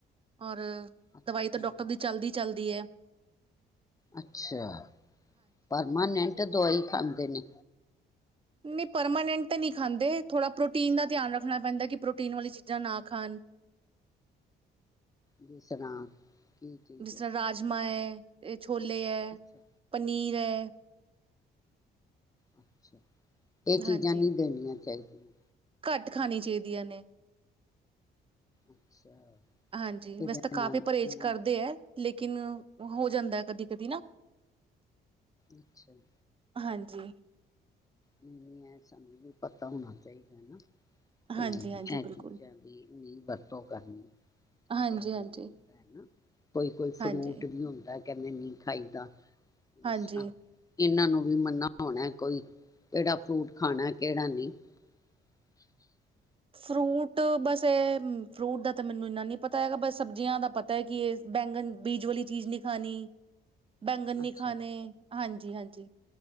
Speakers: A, on the right (about 25°); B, on the left (about 15°).
A: ਔਰ ਅ
B: ਅੱਛਾ,
A: ਦਵਾਈ ਤਾਂ ਡਾਕਟਰ ਦੀ ਚੱਲਦੀ ਚਲਦੀ ਐ
B: ਅੱਛਾ, ਪਰਮਾਨੈਂਟ ਐ ਦਵਾਈ ਖਾਂਦੇ ਨੇ
A: ਨਹੀਂ ਪਰਮਾਨੈਂਟ ਤਾਂ ਨਹੀਂ ਖਾਂਦੇ ਥੋੜ੍ਹਾ ਪ੍ਰੋਟੀਨ ਦਾ ਧਿਆਨ ਰੱਖਣਾ ਪੈਂਦਾ ਕਿ ਪ੍ਰੋਟੀਨ ਵਾਲੀ ਚੀਜ਼ਾਂ ਨਾ ਖਾਣ
B: ਜੀ ਸੁਣਾ ਕੀ ਚੀਜ਼
A: ਜਿਸ
B: ਹੈ
A: ਤਰ੍ਹਾਂ ਰਾਜਮਾਂ ਹੈ ਇਹ ਛੋਲੇ ਐ,
B: ਅੱਛਾ
A: ਪਨੀਰ <unintelligible>
B: ਅੱਛਾ ਇਹ ਚੀਜ਼ਾਂ
A: ਹਾਂਜੀ,
B: ਨਹੀਂ ਦੇਣੀਆਂ ਚਾਹੀਦੀਆਂ ਹਮ
A: ਘੱਟ ਖਾਣੀ ਚਾਹੀਦੀਆਂ ਨੇ
B: ਅੱਛਾ
A: ਹਾਂਜੀ
B: ਇਹਦੇ
A: ਵੈਸੇ ਤਾਂ ਕਾਫ਼ੀ
B: ਨਾਲ
A: ਪਰਹੇਜ਼
B: ਉਹਨਾਂ
A: ਕਰਦੇ
B: ਨੂੰ
A: ਐ ਲੇਕਿਨ ਹੋ ਜਾਂਦਾ ਕਦੀ ਕਦੀ ਨਾ
B: ਅੱਛਾ <unintelligible>
A: ਹਾਂਜੀ
B: ਨਹੀਂ ਨਹੀਂ ਏ ਸਾਨੂੰ ਵੀ ਪਤਾ ਹੋਣਾ ਚਾਈਦਾ ਏ ਨ ਤੇ
A: ਹਾਂਜੀ-ਹਾਂਜੀ
B: ਇਹ
A: ਬਿਲਕੁਲ,
B: ਚੀਜ਼ਾਂ ਦੀ ਨਹੀਂ ਵਰਤੋਂ ਕਰਨੀ
A: ਹਾਂਜੀ-ਹਾਂਜੀ,
B: ਕਈ ਵਾਰੀ ਹੁੰਦਾ ਹੈਾ ਨਾ ਕੋਈ ਕੋਈ ਫਰੂਟ
A: ਹਾਂਜੀ।
B: ਵੀ ਹੁੰਦਾ ਕਹਿੰਦੇ ਨਈ ਖਾਈਦਾ ਦੱਸਣਾ
A: ਹਾਂਜੀ,
B: ਇਹਨਾਂ ਨੂੰ ਵੀ ਮੰਨਾਣਾ ਹੋਣਾ ਕੋਈ ਕਿਹੜਾ ਫਰੂਟ ਖਾਣਾ ਏ ਕਿਹੜਾ ਨੀ <unintelligible>
A: ਫਰੂਟ ਬਸ ਇਹ ਫਰੂਟ ਦਾ ਤਾਂ ਮੈਨੂੰ ਇਨਾ ਨਹੀਂ ਪਤਾ ਹੈਗਾ ਬਸ ਸਬਜ਼ੀਆਂ ਦਾ ਪਤਾ ਹੈ ਕਿ ਇਹ ਬੈਂਗਨ ਬੀਜ ਵਾਲੀ ਚੀਜ਼ ਨਹੀਂ ਖਾਣੀ ਬੈਂਗਨ
B: ਅੱਛਾ
A: ਨੀ ਖਾਨੇ ਹਾਂਜੀ ਹਾਂਜੀ